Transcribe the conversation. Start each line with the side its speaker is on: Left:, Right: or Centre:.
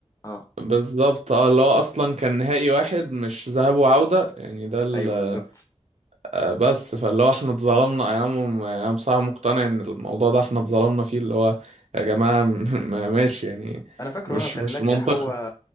Left: اه
Right: بالظبط اه اللي هو اصلا كان نهائي واحد مش ذهاب وعودة يعني ده ال-
Left: ايوه بالظبط
Right: آه، بس فاللي هو احنا اتظلمنا يعني انا م- يعني انا بصراحة مقتنع ان الموضوع ده احنا اتظلمنا فيه اللي هو يا جماعة <laughs> م- ماشي يعني
Left: انا فاكره
Right: مش
Left: اه كان
Right: مش
Left: لجح
Right: منطقي
Left: هو